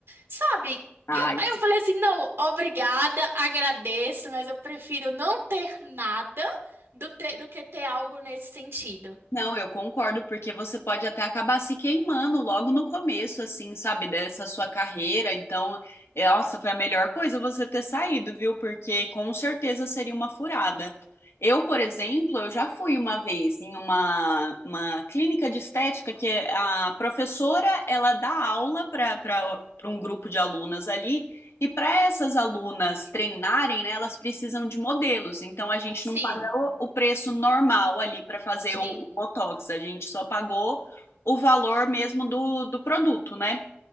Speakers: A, on the right; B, on the left.
A: Sabe?
B: Ai,
A: E eu- Aí eu falei assim: não, obrigada, agradeço, mas eu prefiro não ter nada do, te- do que ter algo nesse sentido.
B: Não, eu concordo, porque você pode até acabar se queimando logo no começo, assim, sabe, dessa sua carreira. Então, é, nossa, foi a melhor coisa você ter saído, viu? Porque com certeza seria uma furada. Eu, por exemplo, eu já fui uma vez em uma, uma clínica de estética que a professora, ela dá aula para para um grupo de alunas ali. E para essas alunas treinarem, né, elas precisam de modelos. Então a gente
A: Sim,
B: não paga pagou o preço normal ali para fazer
A: sim,
B: o, o Botox, a gente só pagou o valor mesmo do, do produto, né?